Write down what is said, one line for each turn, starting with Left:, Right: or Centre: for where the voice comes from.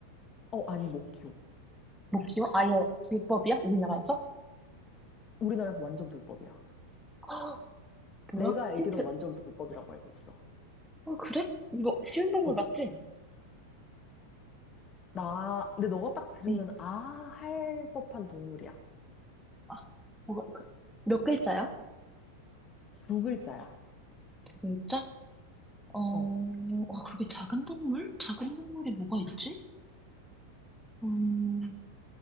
Left: 어, 아니, 못 키워.
Centre: 못 키워? 아예 불법이야? 우리나라에서?
Left: 우리나라에서 완전 불법이야.
Centre: <gasps> 아, 뭐야?
Left: 내가 알기로는
Centre: 힌트
Left: 완전 불법이라고 알고 있어.
Centre: 어, 그래? 이거 쉬운 동물
Left: 어,
Centre: 맞지?
Left: 나, 근데 너가 딱 들으면,
Centre: 응.
Left: 아, 할 법한 동물이야.
Centre: 아, 뭐가, 그, 몇 글자야?
Left: 두 글자야.
Centre: 글자? 어,
Left: 어,
Centre: 아, 그렇게 작은 동물? 작은 동물이 뭐가 있지? 음,